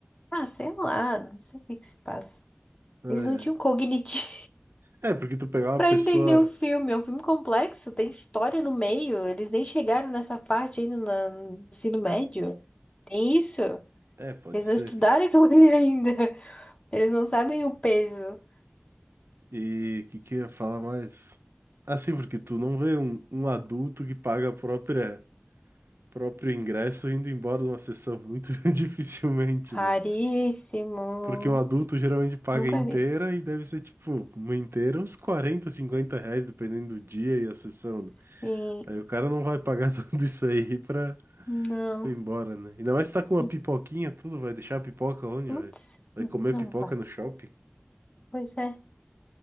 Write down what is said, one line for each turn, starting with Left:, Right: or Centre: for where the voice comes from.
Left: Ah, sei lá, não sei o que que se passa.
Right: Ah,
Left: Eles
Right: é.
Left: não tinham cognitivo
Right: É, porque tu
Left: <laughs>
Right: pegar uma
Left: pra
Right: pessoa.
Left: entender o filme. É um filme complexo, tem história no meio. Eles nem chegaram nessa parte ainda na- no ensino médio. Tem isso.
Right: É, pode
Left: Eles
Right: ser.
Left: não estudaram <laughs> aquilo ali ainda. Eles não sabem o peso.
Right: E o que, que eu ia falar mais? Assim, porque tu não vê um, um adulto que paga a própria, próprio ingresso indo embora de uma sessão muito <laughs> dificilmente,
Left: Raríssimo.
Right: né? Porque um adulto geralmente paga
Left: Nunca
Right: inteira
Left: vi.
Right: e deve ser tipo, uma inteira, uns 40, 50 reais, dependendo do dia e a sessão. né?
Left: Sim.
Right: Aí o cara não vai pagar <laughs> tudo isso aí pra
Left: Não.
Right: ir embora, né? Ainda mais se tá com uma
Left: E,
Right: pipoquinha, tudo, vai deixar a pipoca onde,
Left: Putz,
Right: velho? Vai comer
Left: não
Right: pipoca
Left: vai.
Right: no shopping?
Left: Pois é,